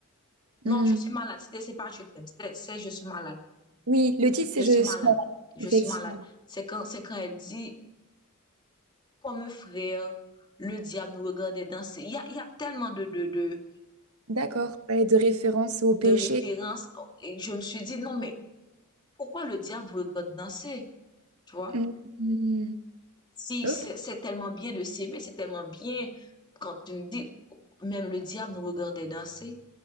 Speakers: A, on the left; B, on the right.
A: Non,
B: Hmm.
A: je suis malade. c'est pas je t'aime. C'est, c'est je suis malade.
B: Oui, le titre, c'est
A: Je
B: Je
A: suis malade.
B: suis malade.
A: Je
B: Effectivement.
A: suis malade. C'est quand, c'est quand elle dit comme un frère, le diable nous regarde danser. Il y a, il y a tellement de, de, de,
B: D'accord. Ouais, De référence au péché.
A: de références. Et je me suis dit, non, mais pourquoi le diable vous regarde danser? Tu vois?
B: Hmm. Hmm.
A: Si
B: Ok.
A: c'est c'est tellement bien de s'aimer, c'est tellement bien quand tu me dis, même le diable nous regardait danser.